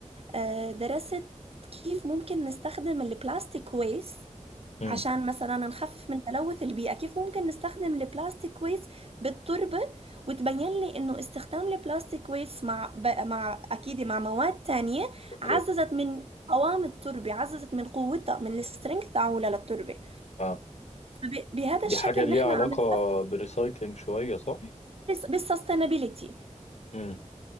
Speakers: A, on the right (about 50°); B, on the left (about 60°).
A: آه، درست كيف ممكن نستخدم البلاستيك ويست
B: امم
A: عشان مثلا نخفف من تلوث البيئة كيف ممكن نستخدم البلاستيك ويست بالتربة وتبين لي انه استخدام البلاستيك ويست مع ب- مع اكيد مع مواد تانية
B: اوكي
A: عززت من قوام التربة عززت من قوتها من السترينث تاعولها للتربة
B: اه
A: فب- بهذا
B: دي
A: الشكل
B: حاجه ليها
A: نحن
B: علاقه
A: عم نفكر
B: بالريسايكلينج شويه صح
A: بالسستينابيليتي
B: امم